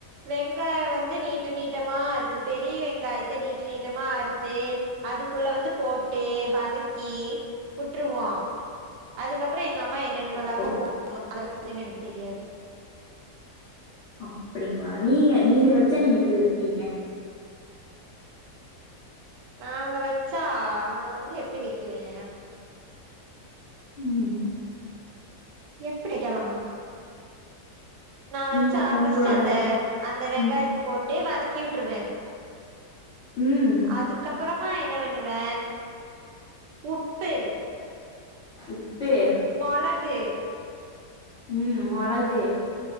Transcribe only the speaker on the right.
வெங்காயோ வந்து நீட்ட நீட்டமா அறுத்து பெரிய வெங்காயத்த நீட்ட நீட்டமா அறுத்து அதுக்குள்ள வந்து போட்டு வதக்கி விட்ருவோ அதுக்கப்றோ எங்க அம்மா என்னென்னெமுஎல்லாமு
போடுவாங்க அதெல்லா என்னன்னு எனக்கு தெரியாது
நாங்க வெச்சா நா வந்து எப்டி வெக்குவே
எப்டி வைக்கலா நா வெச்சா
ஃபஸ்ட் அந்த அந்த வெங்காயத்த
போட்டு வதக்கி விட்ருவ
அதுக்கப் ப்றமா என்ன பண்ணுவே உப்பு
மொளகு